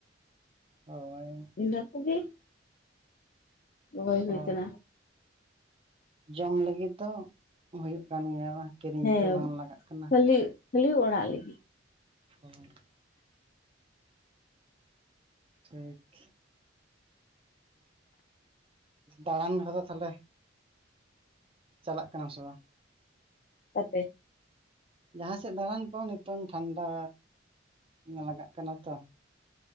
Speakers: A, on the right; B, on the left.
A: ᱦᱳᱭ᱾
B: ᱤᱱᱟᱹ ᱠᱚ ᱜᱮ᱾ ᱨᱚᱦᱚᱭ
A: ᱛᱚ
B: ᱦᱩᱭ ᱠᱟᱱᱟ᱾
A: ᱡᱚᱢ ᱞᱟᱹᱜᱤᱫ ᱫᱚ ᱦᱩᱭᱩᱜ ᱠᱟᱱ ᱜᱮᱭᱟ ᱵᱟ ᱠᱤᱨᱤᱧ
B: ᱦᱮᱸ
A: ᱛᱚ ᱵᱟᱝ ᱞᱟᱜᱟᱜ ᱠᱟᱱᱟ᱾
B: ᱠᱷᱟᱹᱞᱤ ᱠᱷᱟᱹᱞᱤ ᱚᱲᱟᱜ ᱞᱤᱜᱤᱜ᱾
A: ᱦᱩᱸ᱾ ᱴᱷᱤᱠ᱾ ᱫᱟᱲᱟᱱ ᱠᱚᱫᱚ ᱛᱟᱦᱞᱮ? ᱪᱟᱞᱟᱜ ᱠᱟᱱᱟᱢ ᱥᱮ ᱵᱟᱝ?
B: ᱚᱠᱟᱛᱮ?
A: ᱡᱟᱦᱟ ᱥᱮᱫ ᱫᱟᱲᱟᱱ ᱠᱚᱸ ᱱᱤᱛᱚᱝ ᱴᱷᱟᱱᱰᱟ ᱞᱟᱜᱟᱜ ᱠᱟᱱᱟ ᱛᱚ᱾